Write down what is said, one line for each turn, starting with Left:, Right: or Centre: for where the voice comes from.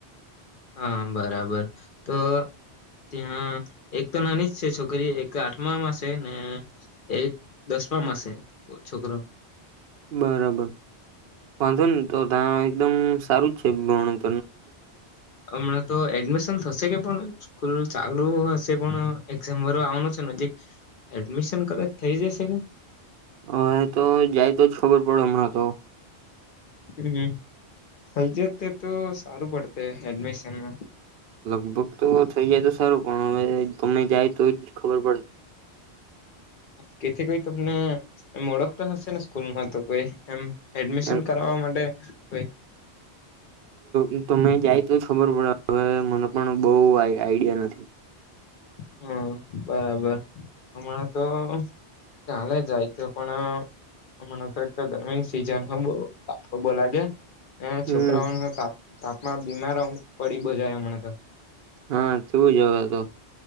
Left: હા બરાબર તો ત્યાં એક તો નાની જ છે છોકરી એક આઠમામાં છે ને એક દસમામાં છે છોકરો
Right: બરાબર વાંધો ને તો ત્યા એકદમ સારું જ છે ભણ
Left: હમણાં તો એડમિશન થશે કે પણ સ્કૂલ ચાલુ હશે પણ એક્ઝામ ભરવા આવવાનો છે નજીક એડમિશન કદાચ થઈ જશે કે
Right: હ તો જાય તો જ ખબર પડે હમણાં તો
Left: હમ થઈ જાતે તો સારું પડતે એડમિશનમાં
Right: લગભગ તો થઇ જાય તો સારું પણ હવે તમને જાય તો જ ખબર પડે
Left: કેથી કોઈ તમને એ ઓળખતા હશેને સ્કૂલમાં તો કોઈ એમ એડમિશન
Right: એમ
Left: કરાવવા માટે કંઈક
Right: એ તમે જાય તો જ ખબર પડે હવે મને પણ બહું આઈડિયા નથી
Left: હમ બરાબર હમણાં તો ચાલે જાય તો પણ હમણાં તો એક ગરમીની સિઝન બો તડકો લાગે હે
Right: હમ
Left: છોકરાઓ તાપમાં બીમાર પડી અમુક જાય હમણાં તો
Right: હા થવું જવા દો